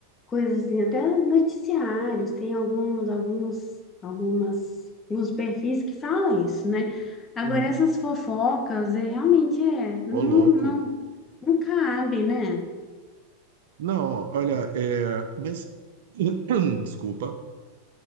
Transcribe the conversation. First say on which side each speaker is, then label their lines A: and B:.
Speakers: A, on the left; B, on the right.
A: coisas assim, até noticiários, tem alguns, alguns, algumas, alguns perfis que falam isso, né? Agora,
B: Uhum.
A: essas fofocas, é, realmente é,
B: Ô,
A: não,
B: louco.
A: não, não cabe, né?
B: Não, olha, é, mas <clears throat> desculpa.